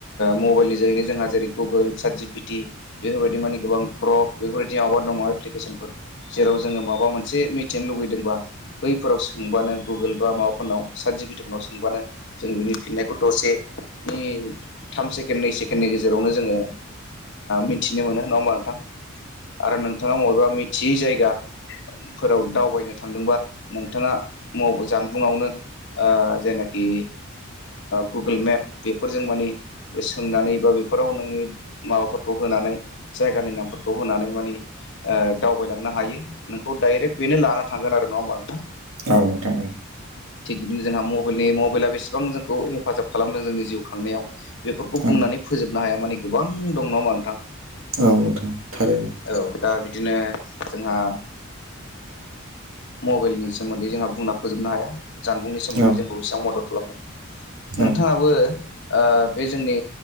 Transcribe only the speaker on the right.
औ नोंथां
औ
औ नोंथां थारैनो
औ
औ